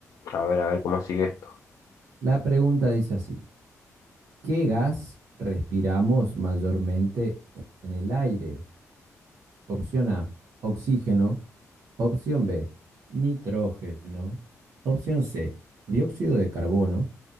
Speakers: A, on the left; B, on the right.
A: A ver, a ver cómo sigue esto.
B: La pregunta dice así: ¿Qué gas respiramos mayormente en el aire? Opción A, oxígeno. Opción B, nitrógeno. Opción C, dióxido de carbono.